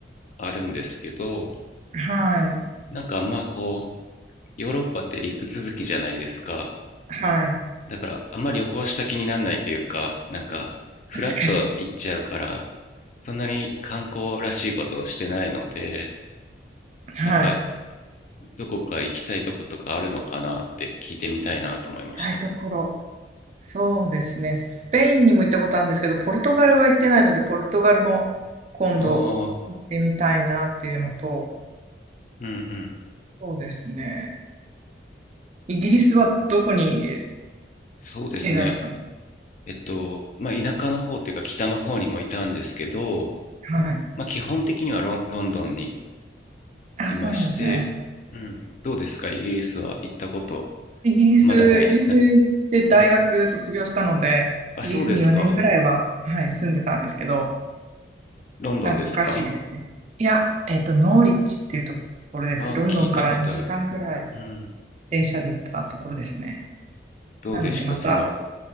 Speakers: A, on the left; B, on the right.
A: あるんですけど
B: はい。
A: なんかあんまこうヨーロッパって陸続きじゃないですか
B: はい。
A: だからあんまり旅行した気にならないというかなんかフラッと行っちゃうから
B: 確かに。
A: そんなに観光らしいことをしてないので
B: はい。
A: なんか
B: 行
A: どこか行きたいとことかあるのかなって聞いてみたいなと思いました。
B: きたいところ。そうですね。スペインにも行ったことあるんですけど、ポルトガルは行ってないので、ポルトガルも今度行ってみたいなっていうのと、
A: ああ、うんうん。
B: そうですね。イギリスはどこに入れ、
A: そうですね。
B: 入れられたんです
A: えっと、まあ、田舎の方っていうか北の方にもいたんですけど、
B: かはい。
A: まあ、基本的にはロン、ロンドンに
B: あ、
A: いまして、
B: そうなんですね。
A: うん、どうですかイギリスは行ったこと
B: イギリス、
A: まだない。
B: イギリス
A: な、
B: で大学卒業したので、
A: うん。あ、
B: イギリスに4年ぐらいは、
A: そうですか
B: はい、住んでたんですけど、
A: ロンドンですか
B: 懐かしいですね。いや、えっと、ノーリッチっていうところです。
A: あ、
B: ロンドンから2時間ぐらい
A: 聞いたことある。うん。
B: 電車で行ったところですね。
A: どうでしたその、
B: なので、また、